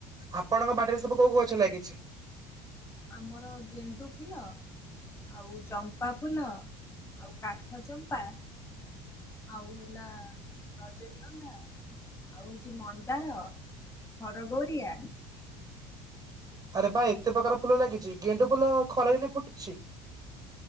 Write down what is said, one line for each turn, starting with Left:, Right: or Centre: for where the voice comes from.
Right: ଆପଣଙ୍କ ବାଡିରେ ସବୁ କୋଉ କଉ ଗଛ ଲାଗିଛି?
Left: ଆମର ଗେଣ୍ଡୁ ଫୁଲ ଆଉ ଚମ୍ପା ଫୁଲ, ଆଉ କାଠ ଚମ୍ପା ଆଉ ହେଲା ରଜନୀଗନ୍ଧା ଆଉ ହଉଛି ମନ୍ଦାର, ହରଗୌରିଆ
Right: ଆରେ ବା ଏତେ ପ୍ରକାର ଫୁଲ ଲାଗିଛି। ଗେଣ୍ଡୁ ଫୁଲ
Left: ହଁ
Right: ଖରା ଦିନେ ଫୁଟୁଛି?